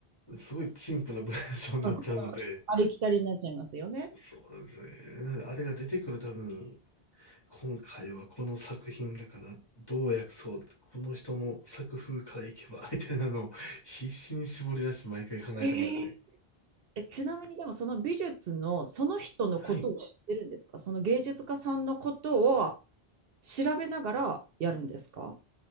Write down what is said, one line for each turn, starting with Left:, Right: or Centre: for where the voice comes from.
Left: すごい陳腐な文章になっちゃうので、
Right: うん、ありきたりになっちゃいますよね。
Left: そうなんですね。なのであれが出てくるたびに、今回はこの作品だからどう訳そう、この人の作風からいけば、みたいなのを必死に絞り出して毎回考えてますね。
Right: えーえ、ちなみにでもその美術のその人のことを知ってるんですかその芸術家さんのことを
Left: はい。
Right: 調べながらやるんですか